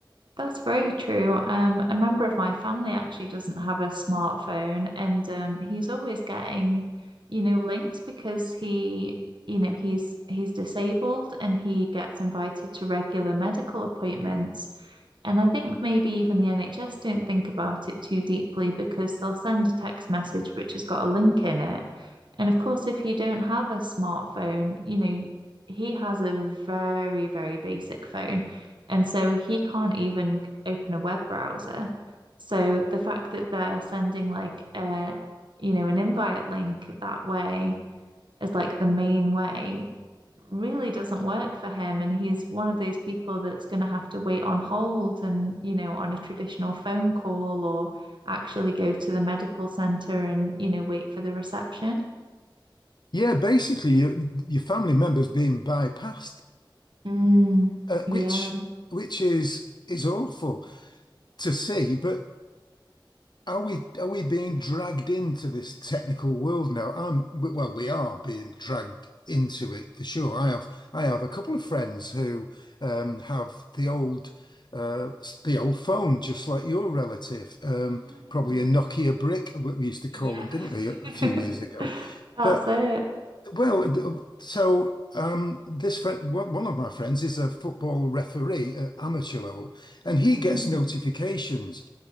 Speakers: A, on the right; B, on the left.
A: That's very true. Um, a member of my family actually doesn't have a smartphone, and um, he's always getting, you know, links because he, you know, he's he's disabled and he gets invited to regular medical appointments. And I think maybe even the NHS don't think about it too deeply because they'll send a text message which has got a link in it. And of course, if you don't have a smartphone, you know, he has a very, very basic phone. And so he can't even open a web browser. So the fact that they're sending like a, you know, an invite link that way as like the main way really doesn't work for him. And he's one of those people that's going to have to wait on hold and, you know, on a traditional phone call or actually go to the medical center and, you know, wait for the reception.
B: Yeah, basically your your family members being bypassed,
A: Mm,
B: uh,
A: yeah.
B: which which is is awful to see. But are we are we being dragged into this technical world now? Um, w- well, we are being dragged into it for sure. I have I have a couple of friends who um, have the old uh, s- the old phone, just like your relative, um,
A: Mm.
B: probably a Nokia brick, what we used to
A: Yeah.
B: call them, didn't we, a
A: <laughs>
B: few years ago?
A: <laughs> That's
B: But
A: it.
B: Well, th- uh, so um, this friend, one one of my friends is a football referee at amateur level, and he
A: Mm.
B: gets notifications